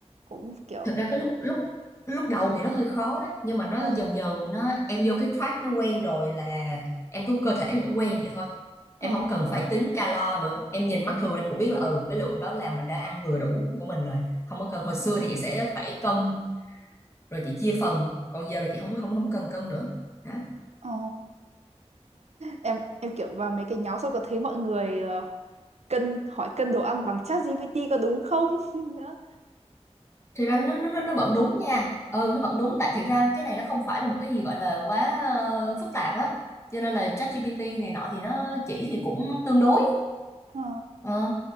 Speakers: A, on the right; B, on the left.
A: cũng kiểu
B: thực ra cái lúc lúc lúc đầu thì nó hơi khó đó nhưng mà nó
A: ờ
B: dần dần nó em vô cái track nó quen rồi là em cứ cơ thể em nó quen vậy thôi
A: ờ
B: em không cần
A: và
B: phải tính calo nữa em nhìn mắt thường em cũng biết là ừ cái lượng đó là mình đã ăn vừa đủ của mình rồi không có cần hồi xưa thì chị sẽ phải cân rồi chị chia phần còn giờ là chị không không không cần cân nữa hả
A: ờ em em kiểu vào mấy cái nhóm xong có thấy mọi người ờ, cân hỏi cân đồ ăn bằng chat GPT có đúng không <laughs> nữa
B: thì ra nó nó nó nó vẫn đúng nha ừ nó vẫn đúng tại thiệt ra cái này nó không phải là một cái gì gọi là quá ờ, phức tạp á cho nên là ChatGPT này nọ thì nó chỉ thì cũng tương đối
A: Ờ,
B: Ờ.